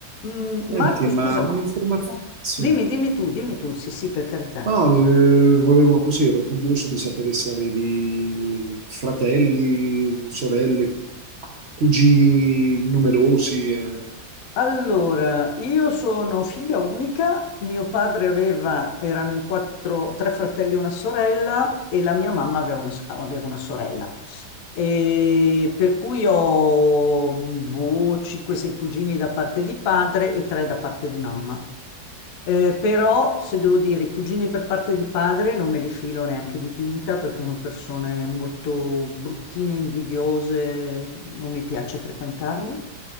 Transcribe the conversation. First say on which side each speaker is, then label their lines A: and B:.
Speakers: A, on the left (about 65°); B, on the right (about 70°).
A: Mm,
B: Senti,
A: Marco,
B: ma
A: scusa,
B: un'informazione...
A: Ah,
B: Sì.
A: dimmi, dimmi tu, dimmi tu, sì, sì, per carità,
B: No,
A: dimmi.
B: eh, volevo così, ero curioso di sapere se avevi fratelli, sorelle, cugini numerosi. eh.
A: Allora, io sono figlia unica, mio padre aveva, erano in quattro, tre fratelli e una sorella e la mia mamma aveva una, aveva una sorella. E per cui ho boh, 5-6 cugini da parte di padre e 3 da parte di mamma. Eh, però, se devo dire, i cugini per parte di padre non me li filo neanche di pinta perché sono persone molto bruttine, invidiose, non mi piace frequentarli.